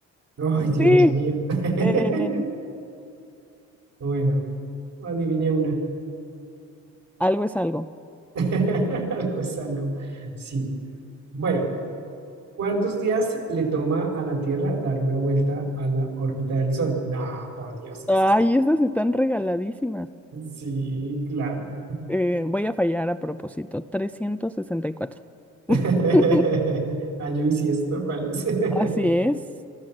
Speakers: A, on the right; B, in the centre.
A: Ay, Dios
B: sí.
A: mío. <laughs>
B: De...
A: Bueno, adiviné una.
B: Algo es algo.
A: <laughs> Algo es algo. Sí. Bueno, ¿cuántos días le toma a la Tierra dar una vuelta a la órbita del Sol? No, por Dios, ¿qué
B: Ay,
A: es esto?
B: esas están regaladísimas.
A: Sí, claro.
B: Eh, voy a fallar a propósito. 364. <laughs>
A: <laughs> Año bisiesto, ¿cuál es? <laughs>
B: Así es.